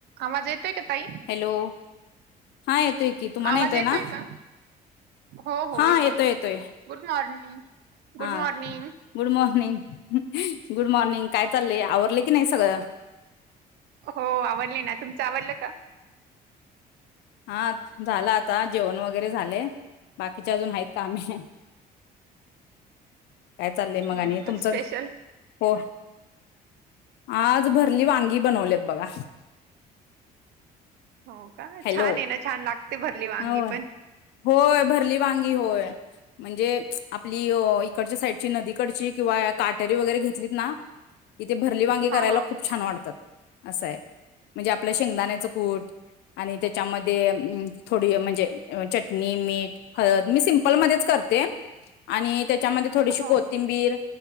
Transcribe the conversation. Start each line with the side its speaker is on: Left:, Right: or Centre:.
Right: आवाज येतोय का ताई
Left: हॅलो. हा येतोय की तुम्हाला
Right: आवाज
Left: येतय
Right: येतोय
Left: ना
Right: का? हो हो
Left: हा येतोय येतोय.
Right: गुड मॉर्निंग good
Left: हा
Right: morning.
Left: Good morning, good morning काय चाललंय? आवरले की नाही सगळं.
Right: हो आवरले ना, तुमचं आवरलं का?
Left: हा झाल आता जेवण वगैरे झाले. बाकीचे अजून आहेत कामे. काय चाललंय मग
Right: हो
Left: आणि
Right: का
Left: तुमचं?
Right: स्पेशल
Left: हो. आज भरली वांगी बनवलेत बघा.
Right: हो का?
Left: हॅलो
Right: छान आहे ना छान लागते भरली वांगी
Left: होय
Right: पण.
Left: होय, भरली वांगी होय. म्हणजे आपली इकडच्या साईडची नदीकडची किंवा काटेरी वगैरे घेतलीत ना इथे भरली वांगी करायला
Right: हा हा
Left: खूप छान वाटतात असाय, म्हणजे आपलं शेंगदाण्याचं
Right: हो
Left: कूट आणि त्याच्यामध्ये अम् थोडी म्हणजे चटणी, मीठ, हळद मी सिम्पलमध्येच करते. आणि त्याच्यामध्ये थोडीशी
Right: हो
Left: कोथिंबीर